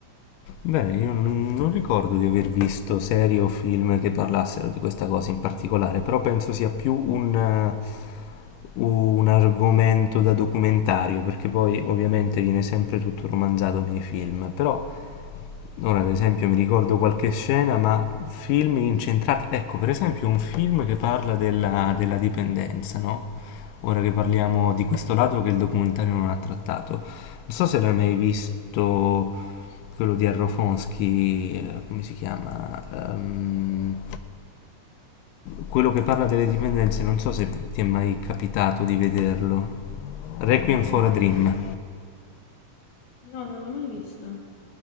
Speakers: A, on the left; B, on the left.
A: Bene, io non, non ricordo di aver visto serie o film che parlassero di questa cosa in particolare, però penso sia più un, eh, un argomento da documentario, perché poi ovviamente viene sempre tutto romanzato nei film, però Ora, ad esempio, mi ricordo qualche scena, ma film incentrati. Ecco, per esempio, un film che parla della, della dipendenza, no? Ora che parliamo di questo lato che il documentario non ha trattato. Non so se l'hai mai visto quello di Arrofonsky, eh, come si chiama? Ehm, quello che parla delle dipendenze, non so se ti è mai capitato di vederlo. Requiem for a Dream.
B: No, non l'ho mai vista.